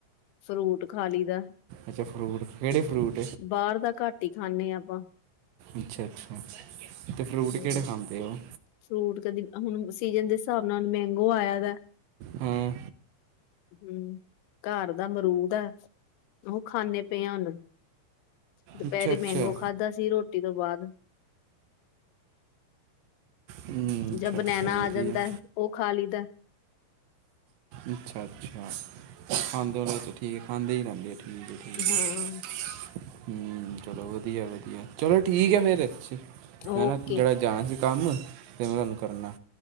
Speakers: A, on the left; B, on the right.
A: ਫਰੂਟ ਖਾ ਲਈ ਦਾ
B: ਅਛਾ ਫਰੂਟ ਕਿਹੜੇ ਫਰੂਟ
A: ਬਾਹਰ ਦਾ ਘੱਟ ਹੀ ਖਾਂਦੇ ਹਾਂ ਆਪਾਂ
B: ਅਛਾ- ਅਛਾ ਅਤੇ ਫਰੂਟ
A: ਹਮ
B: ਕਿਹੜੇ ਖਾਂਦੇ ਉਹ
A: ਫਰੂਟ ਕਦੀ ਹੁਣ ਸੀਜਨ ਦੇ ਹਿਸਾਬ ਨਾਲ ਮੈਗੋ ਆਇਆ ਵ
B: ਹਾਂ
A: ਹਮ ਘਰ ਦਾ ਮਰੂਦ ਹੈ। ਉਹ ਖਾਂਨੇ ਪਏ ਆ ਹੁਣ ਦੁਪਹਿਰੇ
B: ਅੱਛਾ ਅੱਛਾ
A: ਮੈਗੋ ਖਾਧਾ ਸੀ ਰੋਟੀ ਤੋਂ ਬਾਅਦ
B: ਹਮ,
A: ਜਾਂ
B: ਅੱਛਾ
A: ਬਨੈਨਾ
B: ਅੱਛਾ
A: ਆ
B: ਵਧੀਆ
A: ਜਾਂਦਾ ਉਹ ਖਾ ਲੀਦਾ
B: ਅਛਾ- ਅਛਾ ਖਾਂਦੇ ਉਹਨਾਂ ' ਠੀਕ ਹੈ। ਖਾਂਦੇ ਹੀ ਰਹਿੰਦੇ ਠੈਂਕ ਯੂ ਠੈਂਕ ਯੂ
A: ਹਾਂ
B: <unintelligible> ਹਮ ਚਲੋ ਵਧੀਆ- ਵਧੀਆ ਚਲੋ ਠੀਕ ਹੈ। ਫਿਰ ਮੈ
A: ਓਕੇ
B: ਨਾ ਜਿਹੜਾ ਜਾਣਾ ਸੀ ਕੰਮ ਅਤੇ ਮੈਂ ਤੁਹਾਨੂੰ ਕਰਨਾ